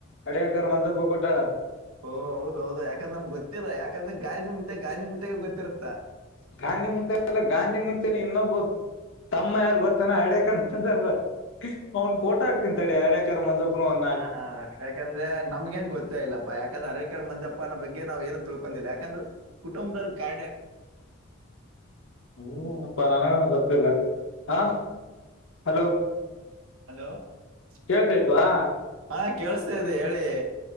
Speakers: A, on the left; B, on the right.
A: ಅಡ್ಯಕರ್ ಮಂಜಪ್ಪ ಕೊಟ್ಟಳ
B: ಹಓ ಹೌದ ಹೌದು ಯಾಕಂದ್ರ ನಮ್ ಗೊತ್ತಿಲ್ಲ ಯಾಕಂದ್ರೆ ಗಾಂಧಿ ಮುತ್ತೇ ಗಾಂಧಿ ಮುತ್ತೇಗೆ ಗೊತ್ತಿರುತ್ತೆ
A: ಗಾಂಧಿ ಮುತ್ತೇ ಎಲ್ಲ ಗಾಂಧಿ ಮುತ್ತೆನ ಇನ್ನೊಬೋದು ತಮ್ಮ ಯಾರ್ ಗೊತ್ತಾನ ಅಡ್ಯಕಂದ <unintelligible> ಅವ್ನ್ ಫೋಟ ಹಾಕ್ತಿಂತ ತಡೆ ಅಡ <unintelligible>
B: ಹ ಯಾಕಂದ್ರೆ ನಮ್ಗೆನ್ ಗೊತ್ತಾ ಇಲ್ಲಪ್ಪಾ ಯಾಕಂದ್ರ ಅರ ಕಡೆ ಮಂಜ <unintelligible> ಪ್ಪ ಅನ್ನ ಬಗ್ ನಾ್ ಏನು ತಿಳ್ಕೊಂಡಿಲ್ಲ ಯಾಕಂದ್ರೆ ಕುಟುಂಬದವರು ಕಡ
A: <unintelligible> ಹನಪ್ಪಾ ನನಗನ ಗೊತ್ತಿಲ್ಲ ಹ ಹಲೋ
B: ಹಲೋ ಐ <unintelligible>
A: ಕೇಳ್ತೈತ್ವಾ
B: ಹಾ ಕೇಳಸ್ತ ಇದೆ ಹೇಳಿ